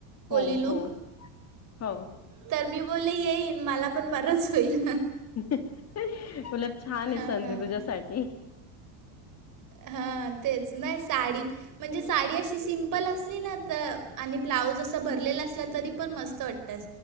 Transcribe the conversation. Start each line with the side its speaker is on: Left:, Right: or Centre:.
Right: कोली
Left: हो
Right: लूक.
Left: हो हो
Right: तर मी बोलले येईन मला पण बरच होईल.
Left: उलट छान आहे
Right: हां
Left: संधी तुझ्यासाठी‌
Right: हां तेच नाही साडी. म्हणजे साडी अशी सिंपल असली ना तर आणि ब्लाऊज असा भरलेला असला तरी पण मस्त वाटत.